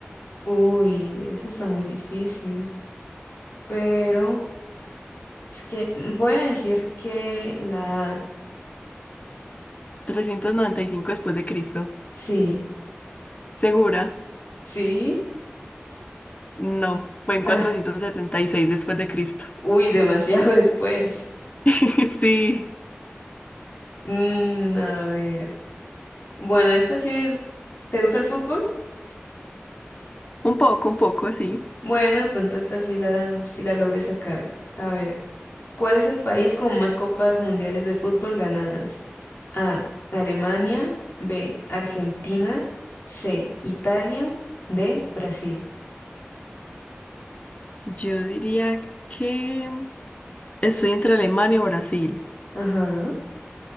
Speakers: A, on the left; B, on the left.
A: Uy, esa está muy difícil. Pero es que mm, voy a decir que la A.
B: Trescientos noventa y cinco después de Cristo.
A: Sí,
B: ¿Segura?
A: sí.
B: No, fue en
A: Ah,
B: 476 después de Cristo.
A: uy, demasiado <laughs> después.
B: <laughs> Sí,
A: Mm, a ver. Bueno, esta sí es. ¿Te gusta el fútbol?
B: un poco, un poco, sí.
A: Bueno, de pronto esta sí la, sí la logré sacar. A ver, ¿cuál es el país con más copas mundiales de fútbol ganadas? A. Alemania. B. Argentina. C. Italia. D. Brasil.
B: Yo diría que estoy entre Alemania o Brasil.
A: Ajá.